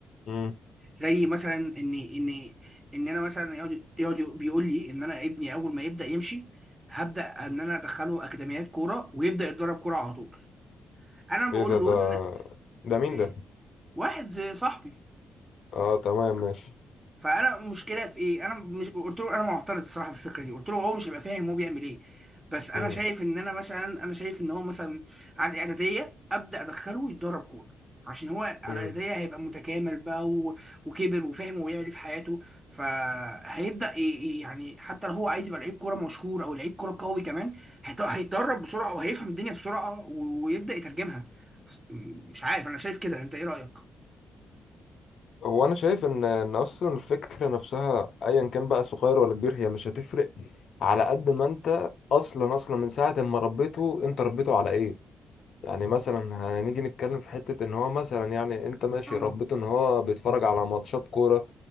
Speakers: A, on the left; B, on the right.
A: مم.
B: زي مثلا ان ان ان انا مثلا يقعد يقعد بيقول لي ان انا ابني اول ما يبدا يمشي هبدا ان انا ادخله اكاديميات كوره ويبدا يتدرب كوره على طول انا بقول
A: ايه ده
B: له
A: ده
B: ان
A: ده مين
B: إيه؟
A: ده؟
B: واحد زي صاحبي
A: اه تمام ماشي
B: فانا المشكله في ايه انا مش قلت له انا معترض الصراحه في الفكره دي قلت له هو مش هيبقى فاهم هو بيعمل ايه بس انا
A: مم.
B: شايف ان انا مثلا انا شايف ان هو مثلا على الاعداديه ابدا ادخله يتدرب كوره عشان هو على
A: مم.
B: الاعداديه هيبقى متكامل بقى و... وكبر وفاهم هو بيعمل ايه في حياته فهيبدا ي- ي- يعني حتى لو هو عايز يبقى لعيب كوره مشهور او لعيب كوره قوي كمان هيت- هيتدرب بسرعه وهيفهم الدنيا بسرعه و... ويبدا يترجمها مش عارف انا شايف كده انت ايه رايك
A: هو انا شايف ان ان اصلا الفكره نفسها ايا كان بقى صغير ولا كبير هي مش هتفرق على قد ما انت اصلا اصلا من ساعه ما ربيته انت ربيته على ايه يعني مثلا هنيجي نتكلم في حته ان هو مثلا يعني انت ماشي
B: اه
A: ربيته ان هو بيتفرج على ماتشات كوره